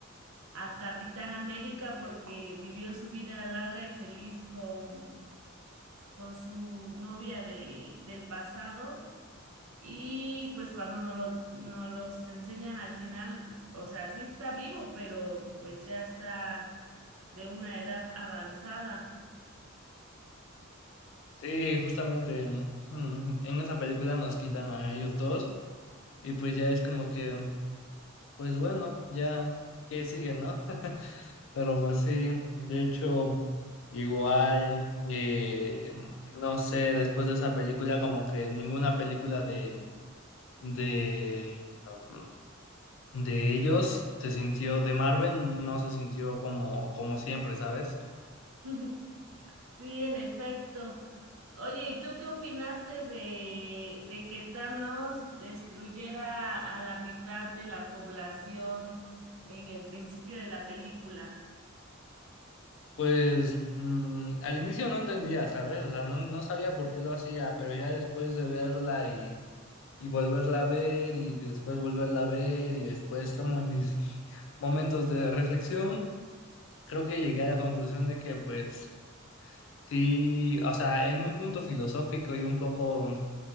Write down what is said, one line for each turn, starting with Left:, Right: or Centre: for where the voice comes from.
Right: a Capitán América porque vivió su vida larga y feliz con, con su novia de, del pasado. Y pues cuando nos los, nos los enseñan al final, o sea, sí está vivo, pero pues ya está de una edad avanzada.
Left: Sí, justamente mm, mm, en esa película nos quitan a ellos dos. Y pues ya es como que, pues bueno, ya, ¿qué sigue, no? Pero pues sí, de hecho, igual, eh, no sé, después de esa película, como que ninguna película de, de, um, de ellos se sintió, de Marvel no se sintió como, como siempre, ¿sabes?
Right: <laughs> Sí, en efecto. Oye, ¿y tú qué opinaste de, de que Thanos destruyera a la mitad de la población en el principio de la película?
Left: Pues mm, al inicio no entendía, ¿sabes? O sea, no, no sabía por qué lo hacía, pero ya después de verla y, y volverla a ver y después volverla a ver y después como en mis momentos de reflexión creo que llegué a la conclusión de que, pues, sí, o sea, en un punto filosófico y un poco